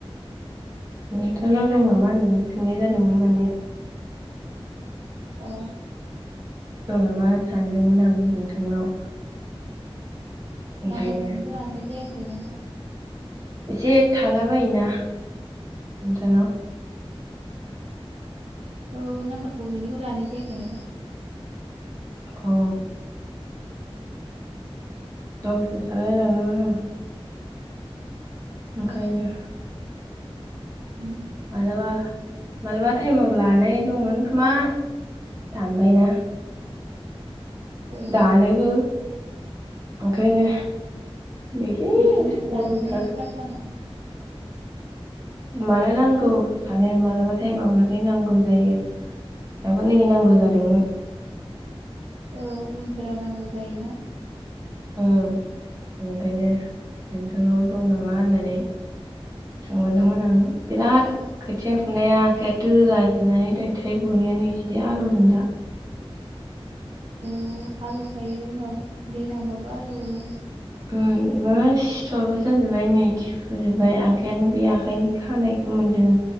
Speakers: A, on the right; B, on the right.
A: नोंथांनाव दं नामा होननानै सोंनाय जादोंमोन माने
B: अ।
A: दं नामा सानदोंमोन आं नोंथांनाव। ओंखायनो
B: नाम्बारखौनो लानाय जायाखै नोंथां।
A: एसे थाला बायोना नोंसोरनाव
B: औ नाम्बारखौ बेनिखौ लानाय जायाखै नोंथां।
A: अ। औ <unintelligible> ओंखायनो
B: औ उम
A: माबलाबा मालाबा टाइमआव लानाय दंमोन खोमा दानबायना
B: औ
A: दानोबो ओंखायनो नै बे
B: बिदिनो
A: गरमथार।
B: दाननाय जाफ्लाङो
A: मानो नांगौ सानो मालाबा टाइमाव नाथाय नांगौ जायो। दाबो नै नांगौ जादोंमोन।
B: औ उनफोराव नांगौ जायोना।
A: उम ओंखायनो नोंथांनाव दं नामा होननानै सोंहरदोंमोन आं बिराद खोथिया फुनाया आखाइया दोला जोबनानै नै थै गनाया एसे जसे आलौदोंं दा।
B: औ आलौखायो उनाव दै नांबाबो आलौवो।
A: ओम मार सिथरबो जाजोब्बाय नै थिफुजोबबाय आखायआनो बे आखाइनि खानायखौ मोन्दों।